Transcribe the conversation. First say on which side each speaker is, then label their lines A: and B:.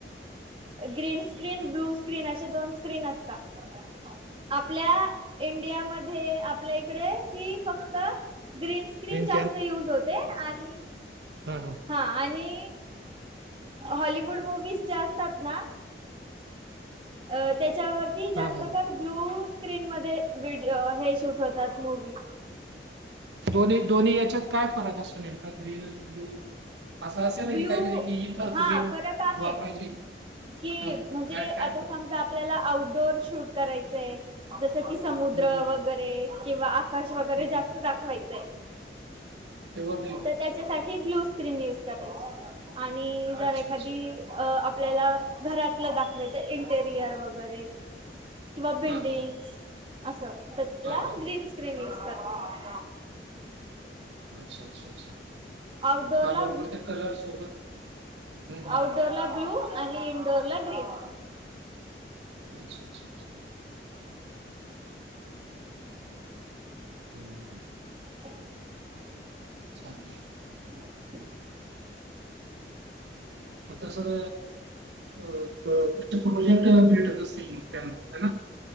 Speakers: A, on the right (about 30°); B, on the right (about 80°).
A: ग्रीन स्क्रीन, ब्लू स्क्रीन अशे दोन स्क्रीन असतात. आपल्या इंडियामध्ये आपल्या इकडे ती फक्त ग्रीन्स स्क्रीन
B: ग्रीन
A: जास्त युज होते आणि
B: ह ह.
A: हा आणि हॉलिवूड मुवीज ज्या असतात ना अ त्याच्यावरती जास्त
B: हा हा
A: कर ब्लू स्क्रीन मध्ये वड हे शूट होतात मूवी.
B: दोन्ही, दोन्ही याच्यात काय फरक असतो नेमका ग्रीन आणि ब्लू? असं असेल ना
A: ब्लू
B: काहीतरी की इथक
A: हा
B: ग्रीन
A: फरक आहे
B: वापरायची.
A: कि
B: हा हा.
A: म्हणजे
B: काय काय
A: आता
B: फरक
A: समजा आपल्याला आउटडोर शूट करायचंय जसं की समुद्र
B: हम्म, हम्म,
A: वगैरे किंवा आकाश वगैरे
B: हम्म,
A: जास्त
B: हम्म.
A: दाखवायचय
B: तेव्हा ब्ल्यू
A: तर त्याच्यासाठी ब्लू स्क्रीन यूज करायचं आणि जर
B: अच्छा
A: एखादी
B: अच्छा
A: अ आपल्याला घरातलं दाखवायचं इंटेरियर वगैरे किंवा बिल्डिंग
B: हा हा
A: अस त्याला
B: हा हा हा हा
A: ग्रीन स् ्रीन यूस करत
B: अच्छा अच्छा अच्छा
A: आउटडोअरला
B: हा बरोबर त्या कलर सोबत हम्म हम्म
A: आऊटडोअर
B: हम्म.
A: ला ब्ल्यू आणि इनडोअर ला ग्रीन
B: अच्छा अच्छा अच्छा हम्म
A: <inaudible>
B: चांगलंय
A: ह
B: होता सर अ त्या प्रोजेक्ट भेटत असतील मग त्यांना हा ना